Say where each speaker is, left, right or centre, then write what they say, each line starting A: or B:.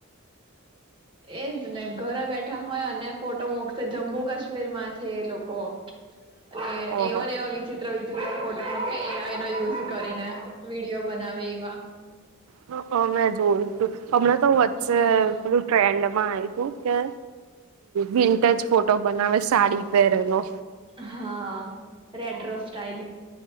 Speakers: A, on the right; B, on the right.
A: એજ ને ઘરે બેઠા હોય અને ફોટો મકશે જમ્મુ કાશ્મીરમાં છે લોકો એ
B: ઓહો
A: એવાને એવા વિચિત્ર વિચિત્ર ફોટા ન કે એ આઈ નો યુઝ કરીને વિડીયો બનાવે એવા.
B: હ હ મેં જોયું હતું. હમણાં તો વચ્ચે
A: હમ
B: પેલું ટ્રેન્ડ માં એ તું કે વિન્ટેજ ફોટો બનાવે સાડી પહેરેલો.
A: હા રેટ્રો સ્ટાઇલ.